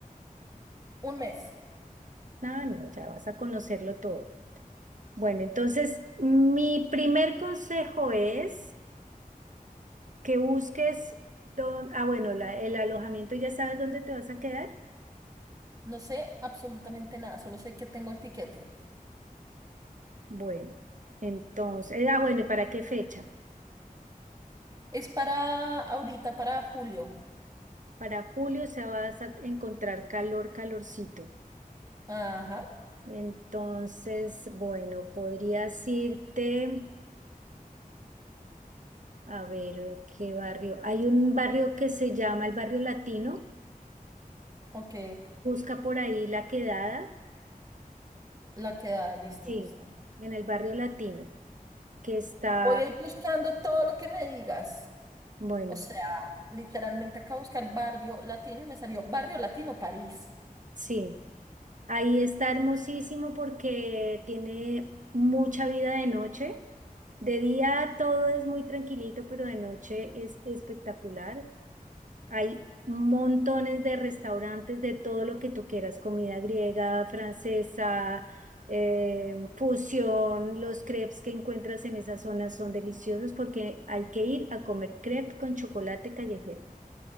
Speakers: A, on the right; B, on the right.
A: un mes,
B: Ah, no, ya vas a conocerlo todo. Bueno, entonces mi primer consejo es que busques don- ah, bueno, la- el alojamiento, ¿ya sabes dónde te vas a quedar?
A: no sé absolutamente nada, solo sé que tengo el tiquete.
B: Bueno, entonces, ah, bueno, ¿y para qué fecha?
A: Es para ahorita, para julio.
B: Para julio se vas a encontrar calor, calorcito.
A: Ajá,
B: Entonces, bueno, podrías irte a ver qué barrio. Hay un barrio que se llama el Barrio Latino.
A: ok.
B: Busca por ahí la quedada.
A: La quedada, listo,
B: Sí,
A: listo.
B: en el Barrio Latino, que está,
A: Voy a ir buscando todo lo que me digas.
B: bueno,
A: O sea, literalmente acabo de buscar barrio latino y me salió barrio latino París.
B: sí. Ahí está hermosísimo porque tiene mucha vida de noche. De día todo es muy tranquilito, pero de noche es espectacular. Hay montones de restaurantes de todo lo que tú quieras, comida griega, francesa, eh, fusión. Los crepes que encuentras en esa zona son deliciosos porque hay que ir a comer crepe con chocolate callejero